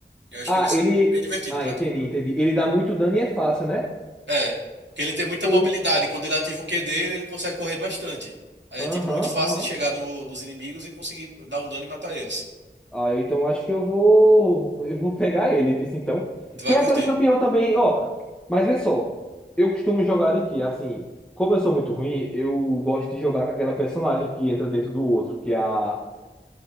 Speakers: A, on the right (about 75°); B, in the centre.
A: Eu acho
B: Ah,
A: que vai ser
B: ele.
A: bem divertido
B: Ah,
A: pra
B: entendi,
A: tu.
B: entendi. Ele dá muito dano e é fácil, né?
A: É, porque ele tem muita
B: Ou.
A: mobilidade. Quando ele ativa o Q dele, ele consegue correr bastante. Aí
B: Aham,
A: é tipo muito fácil
B: aham.
A: de chegar no- nos inimigos e conseguir dar um dano e matar eles.
B: Ah, eu então acho que eu vou. Eu vou pegar ele, viu? Então.
A: Tu vai
B: Tem
A: curtir.
B: aquele campeão também, ó. Mas vê só, eu costumo jogar de assim, como eu sou muito ruim, eu gosto de jogar com aquela personagem que entra dentro do outro, que é a.